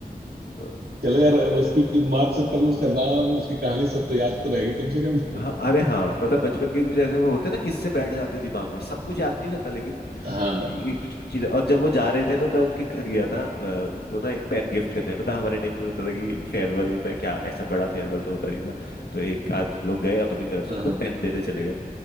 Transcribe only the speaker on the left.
अ,
हाँ अरे हाँ मतलब बचपन के कुछ ऐसे वो होते ना किससे बैठ जाते दिमाग में सब कुछ याद नहीं रहता लेकिन
ये कुछ कुछ चीजें और जब वो जा रहे थे तो मैं उनके घर गया था अ, उनको ना एक पेन गिफ्ट करने मतलब हमारे टाइम पे होता था कि फेयरवेल में क्या ऐसा बड़ा फेयरवेल तो होता नहीं था तो एक आध हम लोग गए अपनी तरफ से
उनको
पेन देने चले गए